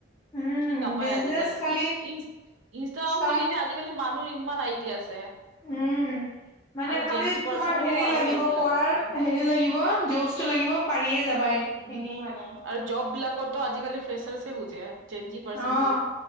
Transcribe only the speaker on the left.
উম,
বিজনেচ
খালি
ষ্টাৰ্ট
উম, মানে
খালি
তোমাৰ হেৰি
লাগিব
কৰাৰ,
হেৰি লাগিব যশটো লাগিব পাৰিয়ে যাবা,
এনেই মানে।
অ',